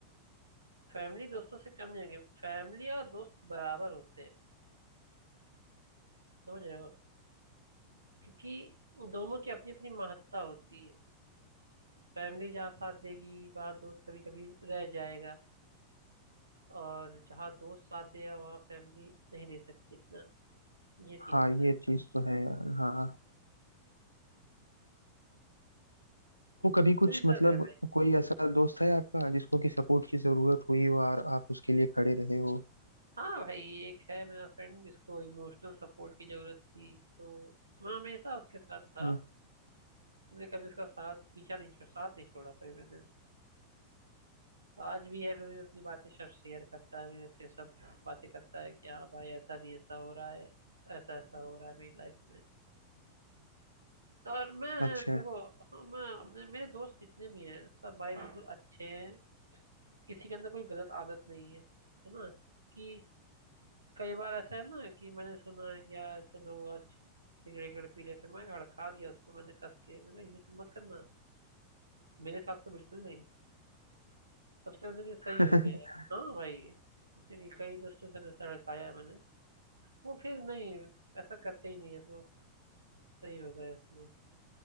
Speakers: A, on the right; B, on the left.
A: फैमिली दोस्तों से कम नहीं होगी फैमिली और दोस्त बराबर होते हैं समझ रहे हो क्योंकि दोनों की अपनी अपनी महत्ता होती है फैमिली जहाँ साथ देगी वहाँ दोस्त कभी कभी रह जाएगा और जहाँ दोस्त साथ देगा वहाँ फैमिली नहीं दे सकती इतना ये सीन
B: हाँ
A: होता है
B: ये चीज तो है यार हाँ तो कभी कुछ
A: यही
B: मतलब
A: सब है भाई
B: कोई ऐसा दोस्त है आपका जिसको कि सपोर्ट की जरूरत हुई हो और आप उसके लिए खड़े रहे हो
A: हाँ भाई एक है मेरा फ्रेंड जिसको इमोशनल सपोर्ट की जरूरत थी तो मैं हमेशा उसके साथ था
B: हाँ,
A: मैंने कभी उसका साथ पीछा नहीं छोड़ा साथ नहीं छोड़ा कभी मैंने आज भी है मैं भी अपनी बातें सब शेयर करता है मेरे से सब बातें करता है कि हाँ भाई ऐसा नहीं ऐसा हो रहा है ऐसा ऐसा हो रहा है मेरी लाइफ में तो और मैं
B: अच्छा
A: देखो हाँ मैं अपने मेरे दोस्त जितने भी हैं सब भाई बिल्कुल अच्छे हैं किसी के अंदर कोई गलत आदत नहीं है है ना कि कई बार ऐसा है ना कि मैंने सुना है कि यार चलो आज सिगरेट विगरेट पी लेते हैं मैं भड़का दिया उसको मैंने कस के मैंने कहा, ये सब मत करना मेरे साथ तो बिल्कुल नहीं सबसे मैंने कहा, सही
B: <laughs>
A: हो गया हाँ भाई एक्चुअली कई दोस्तों से ऐसा भड़काया है मैंने वो फिर नहीं ऐसा करते ही नहीं है वो सही हो गया इसमें